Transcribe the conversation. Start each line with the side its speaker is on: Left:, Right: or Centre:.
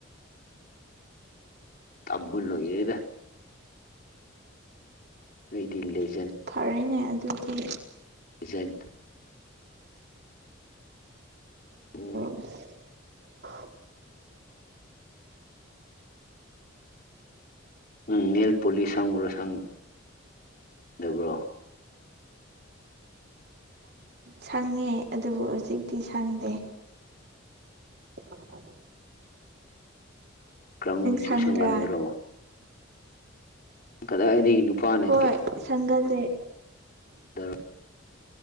Left: ꯇꯥꯕ ꯂꯣꯏꯔꯦꯗ ꯑꯩꯗꯤ ꯂꯩ
Right: ꯐꯔꯦꯅꯦ ꯑꯗꯨꯒꯤ
Left: ꯑꯦꯖꯦꯟ ꯎꯝ
Right: <inaudible>
Left: ꯅꯪ ꯅꯦꯜ ꯄꯣꯂꯤꯁ ꯁꯪꯕ꯭ꯔꯣ ꯁꯪꯗꯕ꯭ꯔꯣ
Right: ꯁꯪꯉꯦ ꯑꯗꯨꯕꯨ ꯍꯧꯖꯤꯛꯇꯤ ꯁꯪꯗꯦ ꯑꯣ
Left: ꯀꯔꯝꯕ ꯃꯆꯨ
Right: ꯁꯪꯕ꯭ꯔꯥ
Left: ꯁꯪꯒꯟꯕ꯭ꯔꯣ ꯀꯗꯥꯏꯗꯒꯤ ꯅꯨꯄꯥꯅ
Right: ꯍꯣꯏ ꯁꯪꯒꯜꯂꯦ
Left: <unintelligible>